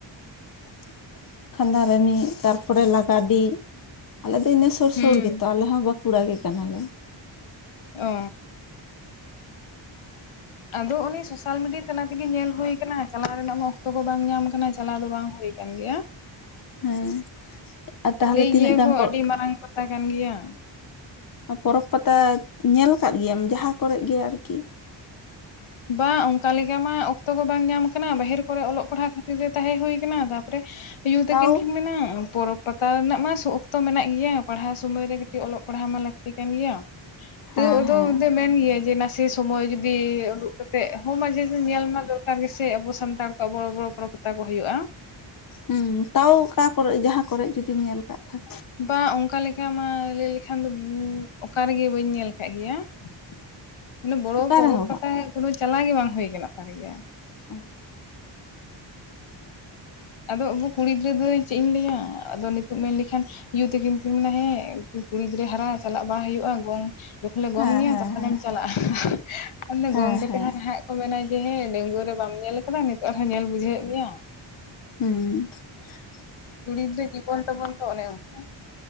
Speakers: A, on the left; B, on the left.
A: ᱾ ᱠᱷᱟᱸᱫᱟᱨᱟᱱᱤ ᱛᱟᱨ ᱯᱚᱨᱮ ᱞᱟᱜᱟᱰᱤ, ᱟᱞᱮ ᱫᱚ ᱤᱱᱟᱹ ᱥᱩᱨ
B: ᱦᱩᱸ
A: ᱥᱩᱨ ᱜᱮᱛᱚ ᱟᱞᱮ ᱦᱚᱸ ᱵᱟᱠᱩᱲᱟ ᱜᱮ ᱠᱟᱱᱟᱞᱮ ᱾
B: ᱚ ᱾ ᱟᱫᱚ ᱩᱱᱤ ᱥᱚᱥᱟᱞ ᱢᱤᱰᱤᱭᱟ ᱛᱟᱞᱟ ᱛᱮᱜᱮ ᱧᱮᱞ ᱦᱩᱭ ᱠᱟᱱᱟ ᱪᱟᱞᱟᱣ ᱨᱮᱱᱟᱜ ᱚᱠᱛᱚ ᱠᱚ ᱵᱟᱝ ᱧᱟᱢ ᱟᱠᱟᱱᱟ ᱪᱟᱞᱟᱣ ᱫᱚ ᱵᱟᱝ ᱦᱩᱭ ᱠᱟᱱ ᱜᱮᱭᱟ ᱾
A: ᱦᱮᱸ ᱟᱨ ᱛᱟᱦᱚᱞᱮ
B: ᱞᱟᱹᱭ
A: ᱛᱤᱱᱟᱹᱜ
B: ᱜᱮᱭᱟ
A: ᱜᱟᱱ
B: ᱠᱚ
A: ᱯᱚᱨ
B: ᱟᱹᱰᱤ ᱢᱟᱨᱟᱝ ᱯᱟᱛᱟ ᱠᱟᱱ ᱜᱮᱭᱟ ᱾
A: ᱯᱚᱨᱚᱵᱽ ᱯᱟᱛᱟ, ᱧᱮᱞ ᱟᱠᱟᱫ ᱜᱮᱭᱟᱢ ᱡᱟᱦᱟ ᱠᱚᱨᱮ ᱜᱮ ᱟᱨᱠᱤ?
B: ᱵᱟᱝ ᱚᱱᱠᱟ ᱞᱮᱠᱟ ᱢᱟ ᱚᱠᱛᱚ ᱠᱚ ᱵᱟᱝ ᱧᱟᱢ ᱠᱟᱱᱟ ᱵᱟᱦᱮᱨ ᱠᱚᱨᱮ ᱚᱞᱚᱜ ᱯᱟᱲᱦᱟᱜ ᱠᱷᱟᱹᱛᱤᱨ ᱛᱮ ᱛᱟᱦᱮ ᱦᱩᱭ ᱠᱟᱱᱟ ᱛᱟᱨᱯᱚᱨᱮ, ᱟᱹᱭᱩ ᱛᱟᱹᱠᱤᱱ
A: ᱛᱟᱣ
B: ᱠᱤᱱ ᱢᱮᱱᱟ ᱯᱚᱨᱚᱵᱽ ᱯᱟᱛᱟ ᱨᱮᱱᱟᱜ ᱢᱟ ᱚᱠᱛᱚ ᱢᱮᱱᱟᱜ ᱜᱮᱭᱟ, ᱯᱟᱲᱦᱟ ᱥᱚᱢᱚᱭ ᱨᱮ ᱠᱟᱹᱴᱤᱡ ᱚᱞᱚᱜ ᱯᱟᱲᱦᱟᱣ ᱢᱟ ᱞᱟᱹᱠᱛᱤ ᱠᱟᱱ ᱜᱮᱭᱟ ᱾ ᱛᱟᱹᱣ
A: ᱦᱮᱸ
B: ᱟᱫᱚ
A: ᱦᱮᱸ
B: ᱢᱮᱱ ᱜᱮᱭᱟ ᱡᱮ ᱱᱟᱥᱮ ᱥᱚᱢᱚᱭ ᱡᱩᱫᱤ ᱠᱟᱛᱮᱫ ᱦᱚ ᱢᱟᱡᱷᱮ ᱡᱮ ᱧᱮᱞ ᱢᱟ ᱫᱚᱨᱠᱟᱨ ᱜᱮᱥᱮ ᱟᱵᱚ ᱥᱟᱱᱛᱟᱲ ᱠᱚᱣᱟᱜ ᱵᱚᱲᱚ ᱵᱚᱲᱚ ᱯᱚᱨᱚᱵᱽ ᱯᱟᱛᱟ ᱠᱚ ᱦᱩᱭᱩᱜᱼᱟ ᱾
A: ᱦᱩᱸ ᱛᱟᱣ ᱚᱠᱟ ᱠᱚᱨᱮ ᱡᱟᱦᱟ ᱠᱚᱨᱮ ᱡᱩᱫᱤᱢ ᱧᱮᱞ ᱠᱟᱜ ᱠᱷᱟᱱ
B: ᱵᱟᱝ ᱚᱱᱠᱟ ᱞᱮᱠᱟ ᱢᱟ ᱞᱟᱹᱭ ᱞᱮᱠᱷᱟᱱ ᱫᱚ, ᱚᱠᱟ ᱨᱮᱜᱮ ᱵᱟᱹᱧ ᱧᱮᱞ ᱠᱟᱜ ᱜᱮᱭᱟ ᱾ ᱢᱟᱱᱮ ᱵᱚᱲᱚ
A: ᱚᱠᱟ
B: ᱯᱚᱨᱚᱵᱽ
A: ᱨᱮᱦᱚᱸ
B: ᱯᱟᱛᱟ
A: ᱵᱟᱝ
B: ᱠᱚᱱᱟ ᱪᱟᱞᱟ ᱜᱮ ᱵᱟᱝ ᱦᱩᱭ ᱠᱟᱱᱟ, ᱥᱟᱨᱤ ᱜᱮ ᱾
A: ᱚ
B: ᱟᱫᱚ ᱟᱵᱚ ᱠᱩᱲᱤ ᱜᱤᱫᱽᱨᱟᱹ ᱫᱚ ᱪᱮᱜ ᱤᱧ ᱞᱟᱹᱭᱟ, ᱟᱫᱚ ᱱᱤ ᱢᱮᱱ ᱞᱮᱠᱷᱟᱱ ᱭᱩ ᱛᱟᱠᱤᱱ ᱠᱤᱱ ᱢᱮᱱᱟ ᱦᱮᱸ ᱠᱩᱲᱤ ᱜᱤᱫᱽᱨᱟᱹ ᱦᱟᱨᱟᱜᱼᱟ ᱪᱟᱞᱟᱜ ᱵᱟᱝ ᱦᱩᱭᱩᱜᱼᱟ ᱜᱚᱝ ᱡᱚᱠᱷᱚᱱ ᱞᱮ
A: ᱦᱮᱸ
B: ᱜᱚᱝ ᱢᱮᱭᱟ
A: ᱦᱮᱸ
B: ᱛᱚᱠᱷᱚᱱᱮᱢ
A: ᱦᱮᱸ
B: ᱪᱟᱞᱟᱜᱼᱟ, <unintelligible>
A: ᱦᱮᱸ
B: ᱜᱚᱝ ᱠᱟᱛᱮ
A: ᱦᱮᱸ
B: ᱦᱚᱸ ᱱᱟᱦᱟᱜ ᱠᱚ ᱢᱮᱱᱟ ᱡᱮ ᱦᱮᱸ ᱰᱟᱹᱝᱜᱟᱹᱣᱟᱹ ᱨᱮ ᱵᱟᱢ ᱧᱮᱞ ᱠᱟᱫᱟ ᱱᱤᱛᱚᱜ ᱦᱚᱸ ᱧᱮᱞ ᱵᱩᱡᱷᱟᱹᱣᱮᱫ ᱢᱮᱭᱟ?
A: ᱦᱩᱸ ᱾
B: ᱠᱩᱲᱤ ᱜᱤᱫᱽᱨᱟᱹ ᱡᱤᱵᱚᱱ ᱛᱟᱵᱚᱱ ᱛᱚ ᱚᱱᱮ ᱚᱱᱠᱟ ᱾